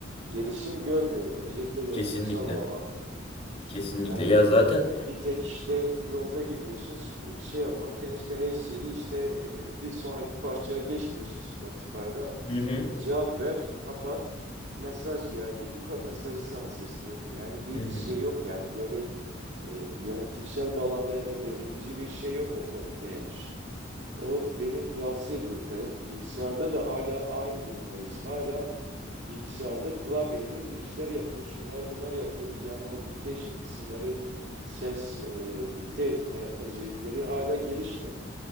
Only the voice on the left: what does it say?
Kesinlikle.
Kesinlikle.
Ya zaten.
Hı hı.
Hı hı.